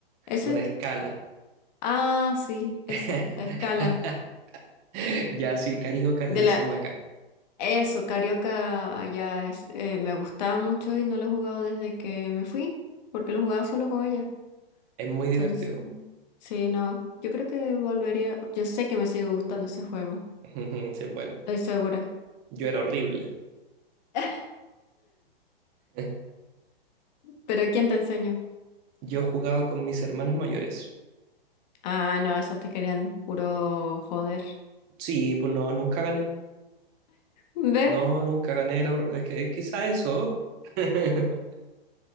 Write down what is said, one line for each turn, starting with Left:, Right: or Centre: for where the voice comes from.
Left: ¿Ese?
Right: Una escala.
Left: Ah, sí, eso,
Right: <laughs>
Left: la escala.
Right: Ya sí, carioca
Left: De
Right: le decimos
Left: la,
Right: acá.
Left: Eso, Carioca allá es, eh, me gustaba mucho y no lo he jugado desde que me fui, porque lo jugaba solo con ella.
Right: Es muy divertido.
Left: Entonces, sí, no, yo creo que volvería, yo sé que me sigue gustando ese juego,
Right: <laughs> Sí, bueno,
Left: estoy segura.
Right: yo era horrible.
Left: <laughs>
Right: <laughs>
Left: Pero ¿quién te enseñó?
Right: Yo jugaba con mis hermanas mayores.
Left: Ah, no, esas te querían puro joder.
Right: Sí, pues no, nunca gané.
Left: Ve,
Right: No, nunca gané. era hor- es que es quizá eso. <laughs>